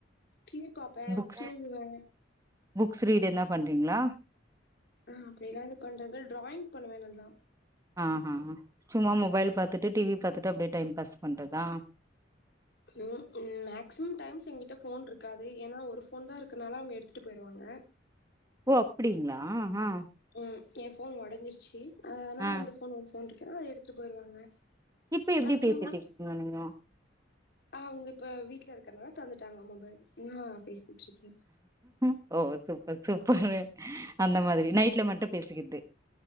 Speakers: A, on the left (about 55°); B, on the right (about 15°).
A: டி வி பாப்பே,
B: புக்ஸ்
A: தூங்குவே.
B: புக்ஸ் ரீடு எதுனா பண்றிங்ளா?
A: அ அப்டில்லா எது பண்றது டிராயிங் பண்ணுவே நல்லா.
B: ஆஹா சும்மா மொபைல் பாத்துட்டு டி வி பாத்துட்டு அப்டே டைம் பாஸ் பண்றதா.
A: ம் ம் மேக்சிமம் டைம்ஸ் எங்கிட்ட ஃபோன்ருக் காது ஏனா ஒரு ஃபோன்தா இருக்கனால அவுங்க எடுத்துட்டு போயிருவாங்க.
B: ஓ அப்டிங்ளா ஆ
A: ம் என் ஃபோன் ஒடஞ்சிருச்சு ஆனா
B: ஆ
A: இந்த ஃபோன் ஒரு ஃபோன் இருக்கன்ட்டனால அத எடுத்துட்டு போயிருவாங்க
B: இப்ப எப்டி
A: நா
B: பேசிட்டு
A: சும்மா
B: இருக்கீங்க நீங்க
A: ஆ அவுங்க இப்ப வீட்ல இருக்கறனால தந்துட்டாங்க மொபைல் நா பேசிட்டு இருக்க
B: ஆஹ் ஓ சூப்பர் சூப்பரு அந்த மாதிரி நைட்ல மட்டு பேசிக்கறது